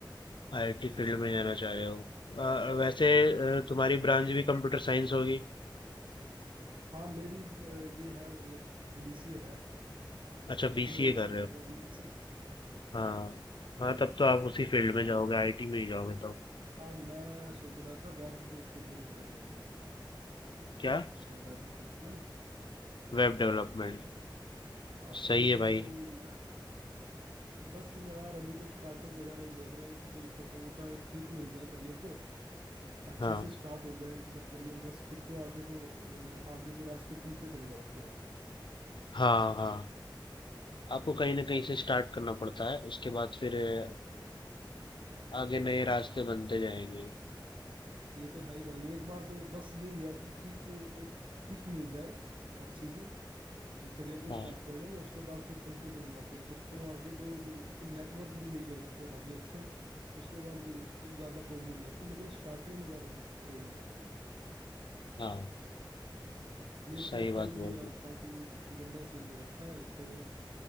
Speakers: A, on the left; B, on the right.
A: आईटी फील्ड में जाना चाह रहे हो अ, वैसे अ,
B: में
A: तुम्हारी ब्रांच भी कंप्यूटर साइंस होगी
B: हाँ मेरी अ, ये है मतलब बीसीए है
A: अच्छा
B: Bachelor
A: बीसीए
B: of
A: कर
B: computer
A: रहे हो
B: application
A: हाँ हाँ तब तो आप उसी फील्ड में जाओगे आईटी में ही जाओगे तो
B: हाँ मैं सोच रहा था वेब को ज्वाइन करने की
A: क्या
B: Web development
A: Web development
B: हाँ
A: सही
B: तो
A: है भाई
B: मैं बस यार अभी तो स्टार्टअप वगैरह ही देख रहा हूँ कि कोई छोटा मोटा एक किक मिल जाए करियर को अच्छे
A: हाँ
B: से स्टार्ट हो जाए एक बार करियर बस फिर तो आगे तो अ, आगे तो रास्ते खुलते चले जाते हैं
A: हाँ हाँ आपको कहीं ना कहीं से स्टार्ट करना पड़ता है उसके बाद फिर अ, आगे नए रास्ते बनते जाएंगे
B: ये तो है ही भाई एक बार तो बस यही है कि क्विक एक किक मिल जाए अच्छी सी करियर को
A: हाँ
B: स्टार्ट करने में उसके बाद फिर चलते चले जाते हैं फिर तो आगे तो नेटवर्क भी बिल्ड हो जाते हैं काफ़ी अच्छे उसके बाद ज़्यादा प्रॉब्लम नहीं आती लेकिन स्टार्टिंग में ज़्यादा प्रॉब्लम आती है
A: हाँ
B: प्लेसमेंट
A: सही बात
B: का भी
A: बोल
B: यार
A: रहे
B: काफ़ी गंदा सीन हो रखा है तो